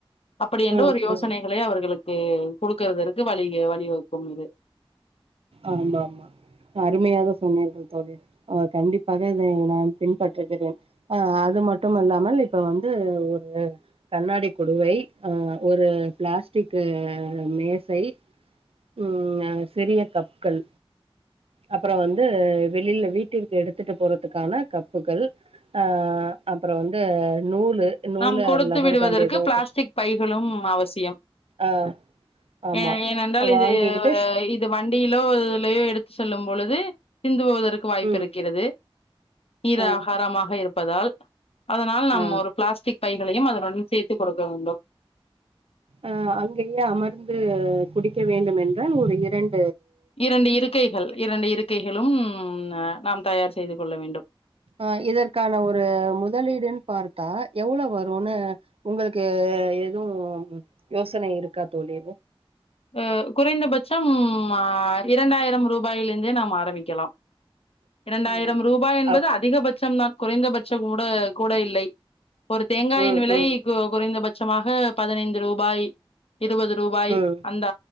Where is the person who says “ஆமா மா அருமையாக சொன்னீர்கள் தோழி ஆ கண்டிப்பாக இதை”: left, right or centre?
Right